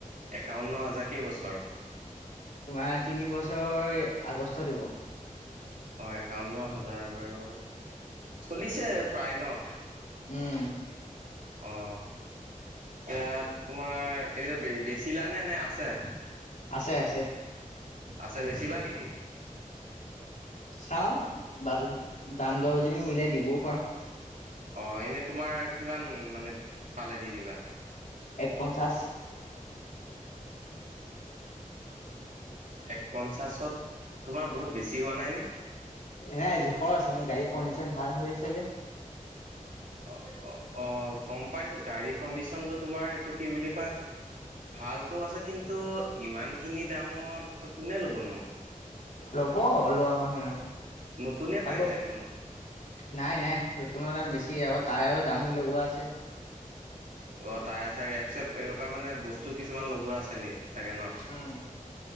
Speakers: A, on the right; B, on the left.
A: একাৱন্ন হাজাৰ কেইবছৰ?
B: তোমাৰ তিনি বছৰ আগষ্টত হ'ব।
A: অ', একাৱন্ন হাজাৰ বাৰু, চলিছে প্ৰায় ন?
B: উম।
A: অ', এই তোমাৰ, এই বেছিলা নে নে আছে?
B: আছে আছে।
A: আছে, বেছিবা নেকি?
B: চাওঁ, বাজেত দাম দৰ যদি মিলে দিবও পাৰোঁ।
A: অ', এনে তোমাৰ কিমান মানে পালে দি দিবা?
B: এক পঞ্চাশ। উ <unintelligible>
A: এক পঞ্চাছত, তোমাৰ বহুত বেছি হোৱা নাইনে?
B: নাই জোখৰ আছে, মোৰ গাড়ীৰ কণ্ডিচন ভাল হৈ আছে যে।
A: অ', অ', অ', গম পাইছোঁ, গাড়ীৰ কণ্ডিশনটো তোমাৰ এইটো কি বুলি কয় ভালটো আছে, কিন্তু ইমানখিনি দামত কোনে ল'বনো?
B: ল'ব লোৱা মানুহে।
A: নতুনেই পাই
B: আকৌ
A: যায় দেখোন।
B: নাই নাই নতুনৰ দাম বেছি, আকৌ টায়াৰো দামী লগোৱা আছে।
A: অ', তায়াৰ চায়াৰ, ৰেপ চেপ এনেকুৱা মানে বস্তু কিছুমান লগোৱা আছে নেকি? চাগে ন?
B: উম